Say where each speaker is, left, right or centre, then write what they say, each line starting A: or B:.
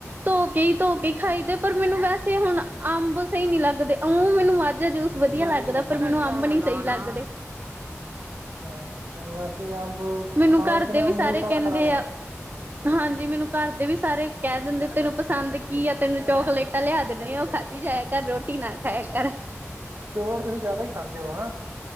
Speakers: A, on the right; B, on the right.
A: ਧੋਕੇ ਈ ਧੋਕੇ ਖਾਈਦੇ। ਪਰ ਮੈਨੂੰ ਵੈਸੇ ਹੁਣ ਅੰਬ ਸਹੀ ਨੀ ਲੱਗਦੇ। ਊ ਮੈਨੂੰ ਮਾਜਾ ਜੂਸ ਵਧੀਆ ਲੱਗਦਾ। ਪਰ ਮੈਨੂੰ ਅੰਬ ਨੀ ਸਹੀ ਲੱਗਦੇ।
B: ਅੱਛਾ ਵੈਸੇ। ਅੰਬ
A: ਮੈਨੂੰ
B: ਖਾਣ
A: ਘਰ
B: ਚ
A: ਦੇ
B: ਨਾ।
A: ਵੀ ਸਾਰੇ
B: ਮੂੰਹ ਸਾਰਾ
A: ਕਹਿੰਦੇ
B: ਖ਼ਰਾਬ
A: ਆ
B: ਲਗਦਾ।
A: ਹਾਂਜੀ। ਮੈਨੂੰ ਘਰ ਦੇ ਵੀ ਸਾਰੇ ਕਹਿ ਦਿੰਦੇ। ਤੈਨੂੰ ਪਸੰਦ ਕੀ ਆ? ਤੈਨੂੰ ਚੋਕਲੇਟ। ਤਾਂ ਲਿਆ ਦਿੰਦੇ। ਉਹ ਖਾਧੀ ਜਾਏਆ ਘਰ ਰੋਟੀ। ਟੀ ਨਾ ਖਾਏਆ ਕਰ।
B: ਚੋਕਲੇਟ ਤੁਸੀਂ ਜ਼ਿਆਦਾ ਹੀ ਖਾਂਦੇ ਹੋ ਹਨਾ